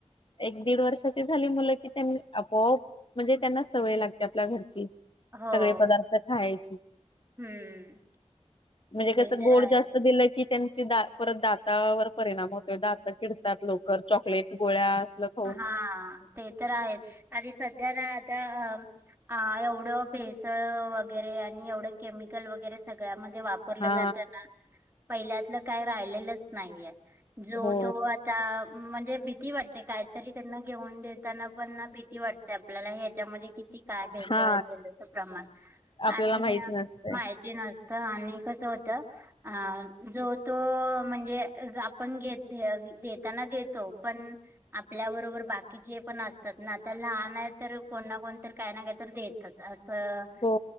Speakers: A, on the left; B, on the right.
A: एक दीड वर्षाची झाली मुलं की, त्यांना आपोआप म्हणजे त्यांना सवय लागते, आपल्या घरची.
B: हो.
A: सगळे पदार्थ खायची.
B: हम्म.
A: म्हणजे
B: ते
A: कस
B: तर
A: गोड
B: आहेच.
A: जास् त दिलं की, त्यांची दा परत दातावर परिणाम होतोय. दात किडतात लवकर. चॉकलेट, गोळ्या असलं खाऊन
B: हा, ते तर आहेच. आणि सध्या ना त्या अ हा, एवढं भेसळ वगैरे आणि एवढं केमिकल वगैरे सगळ्यामध्ये वापर परल
A: हा
B: जात ना. पहिल्यातलं काही राहिलेलंच नाहीय. जो-
A: हो
B: तो आ ता म्हणजे भीती वाटते. काहीतरी त्यांना घेऊन देताना पण ना भीती वाटते आपल्याला. हे त्यामधे किती? काय? भेसळ
A: हा
B: असेल त्याच प्रमाण
A: आपल्याला
B: आणि
A: माहित नसतय
B: मा हिती नसत. आणि कसं, होत? अ जो तो म्हणजे, आपण घेत देताना देतो पण आपल्या बरोबर बाकीचे पण असतात ना. आता लहान आहे तर, कोण ना कोण, काय ना काय तर देत तात. असं
A: हो